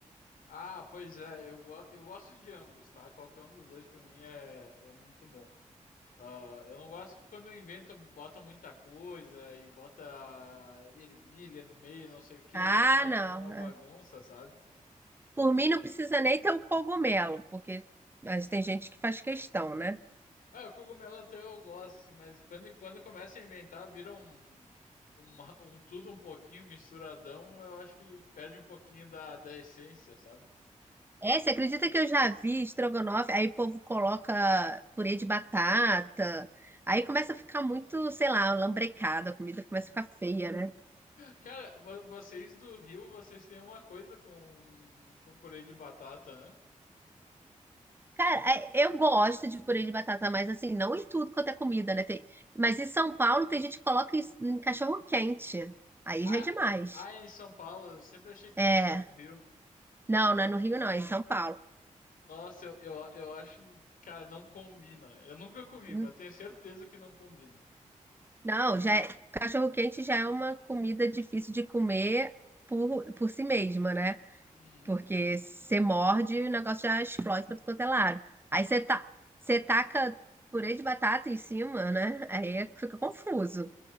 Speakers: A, on the left; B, on the right.
A: Ah, pois é, eu, go- eu gosto de ambos, tá? Qualquer um dos dois pra mim é, é muito bom. Ah, eu não gosto que quando inventam, botam muita coisa e bota ervilha no meio, não sei o que,
B: Ah,
A: tomate,
B: não.
A: vira uma
B: é.
A: bagunça, sabe?
B: Por mim não precisa nem ter o cogumelo, porque mas tem gente que faz questão, né?
A: Ah, o cogumelo até eu gosto, assim, mas quando, quando começa a inventar, vira um, uma- um tudo um pouquinho misturadão, eu acho que perde um pouquinho da, da essência, sabe?
B: É, você acredita que eu já vi estrogonofe? Aí o povo coloca purê de batata. Aí começa a ficar muito, sei lá, lambrecada, a comida começa
A: <laughs>
B: a ficar feia, né?
A: Cara, vo- vocês do Rio, vocês têm uma coisa com, com purê de batata, né?
B: Cara, é- eu gosto de purê de batata, mas assim, não em tudo quanto é comida, né? Tem- Mas em São Paulo tem gente que coloca isso em cachorro quente. Aí
A: Ah,
B: já é demais.
A: ah, em São Paulo, eu sempre achei que
B: É,
A: fosse do Rio.
B: não,
A: É,
B: não é no Rio, não, é em São Paulo.
A: Nossa, eu, eu, eu acho, cara, não combina. Eu nunca comi,
B: N-
A: mas tenho certeza que não combina.
B: Não, já é... cachorro quente já é uma comida difícil de comer por, por si mesma, né?
A: Uhum.
B: Porque você morde e o negócio já explode para é lado. Aí você, tá você taca purê de batata em cima, né? Aí fica confuso.